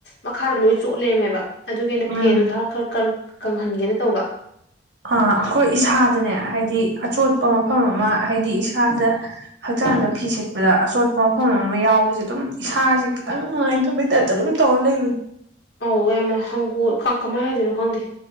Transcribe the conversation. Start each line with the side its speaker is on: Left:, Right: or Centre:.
Left: ꯃꯈꯥꯗ ꯂꯣꯏ ꯆꯣꯠꯂꯦꯃꯦꯕ ꯑꯗꯨꯒꯤꯩꯅ
Right: ꯎꯝ
Left: ꯐꯦꯟꯗꯣ ꯊꯔ ꯈꯔ ꯀꯪꯍꯟꯒꯦꯅ ꯇꯧꯕ
Right: <inaudible> ꯑ ꯑꯩꯈꯣꯏ ꯏꯁꯥꯗꯅꯦ ꯍꯥꯏꯗꯤ ꯑꯆꯣꯠꯄ ꯃꯐꯝ ꯑꯃ ꯍꯥꯏꯗꯤ ꯏꯁꯥꯗ ꯍꯛꯆꯥꯡꯗ ꯐꯤ ꯁꯤꯦꯠꯄꯗ ꯑꯆꯣꯠꯄ ꯃꯐꯝ ꯑꯃ ꯌꯥꯎꯕꯁꯦ ꯑꯗꯨꯝ ꯏꯁꯥꯁꯦ ꯈꯤꯇꯪ ꯅꯨꯡꯉꯥꯏꯇꯕ ꯑꯗꯨꯝ ꯇꯧꯔ ꯂꯩꯕ
Left: ꯑꯧ ꯌꯥꯝꯅ ꯍꯪꯒꯣ ꯀꯃꯥꯏ ꯍꯥꯏꯗꯣꯏꯅꯣ ꯈꯪꯗꯦ